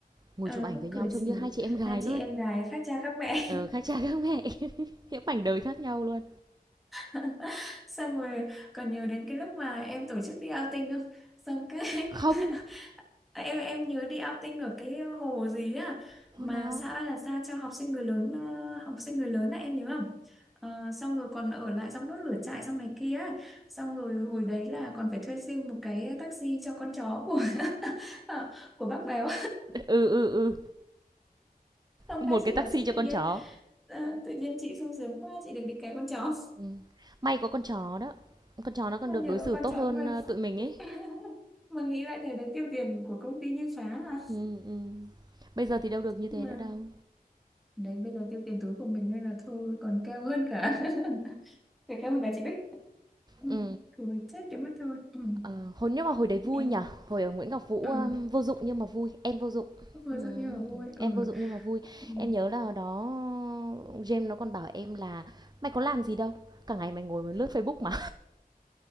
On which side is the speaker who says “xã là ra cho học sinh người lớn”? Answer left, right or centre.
Centre